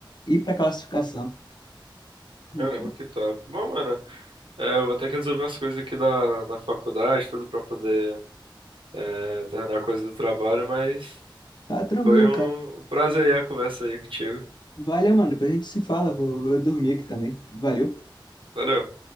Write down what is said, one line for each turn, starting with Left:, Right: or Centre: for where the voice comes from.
Left: ir para classificação. Uhum.
Right: Caramba, que top. Bom, mano, é, eu vou ter que resolver umas coisas aqui da, da faculdade, tudo pra poder é, terminar a coisa do trabalho, mas
Left: Tá tranquilo,
Right: foi um
Left: cara.
Right: prazer aí a conversa aí contigo.
Left: Valeu, mano. Depois a gente se fala. Vou, vou dormir aqui também. Valeu.
Right: Valeu.